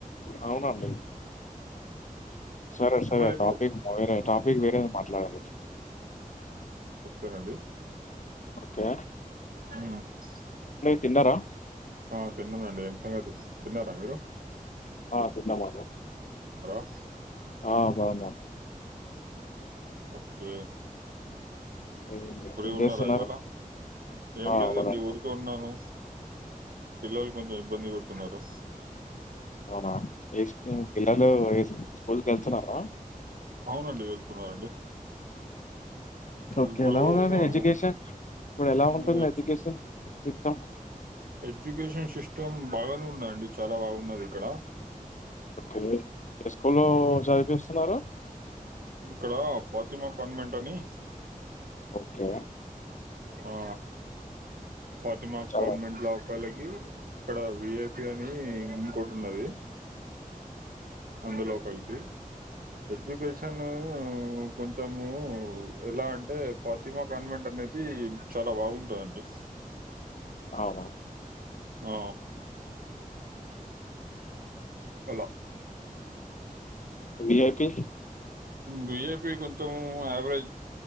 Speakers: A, on the left; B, on the right.
A: అవునండి సరే సరే
B: మరి ఇప్పుడు
A: టాపిక్ వేరే టాపిక్ వేరే మాట్లదాం
B: ఏదండి
A: ఓకే
B: మ్మ్
A: తిన్నార
B: ఆ తిన్నానండి ఎంతగా <unintelligible> తిన్నారా మీరు
A: ఆ తిన్నామండి
B: <inaudible>
A: ఆ బాగున్నా
B: ఓకే
A: ఏం
B: ఫ్రీ
A: ఏం
B: ఉండదా
A: చేస్తున్నారు
B: ఇవాళ ఏం
A: ఆ
B: లేదండి
A: అవునండి
B: ఊరికే ఉన్నాను పిల్లలు కొంచెం ఇబ్బంది పడు తున్నారు
A: అవునా ఏ స్కు పిల్లలు ఏ స్కూల్కి వెళ్తున్నార
B: అవునండి వెళ్తున్నారండి
A: ఓకే
B: ఇప్పుడు
A: ఎలా
B: <unintelligible>
A: ఉందండి ఎడ్యుకేషన్ ఇప్పుడు ఎలా
B: age
A: ఉంటుంది education system
B: education system బాగానే ఉన్నారండి చాలా బాగున్నది ఇక్కడ
A: ఓకే ఏ స్కూల్లో చదివిపిస్తున్నారు
B: ఇక్కడ ఫాతిమా కార్మెంట్ అని
A: ఓకే
B: ఆ ఫాతిమా
A: చాలా
B: కాన్వెంట్ లో కలిగి ఇక్కడ విఐపి అని ఇంకోటి ఉన్నది అందు లోకలికి ఎడ్యుకేషను కొంచెము ఎలా అంటే ఫాతిమా కాన్వెంట్ అనేది చాలా బాగుంటుందండి
A: అవునా
B: ఆ అలో
A: విఐపీ
B: బీఏపీ కొంచెం యావరేజ్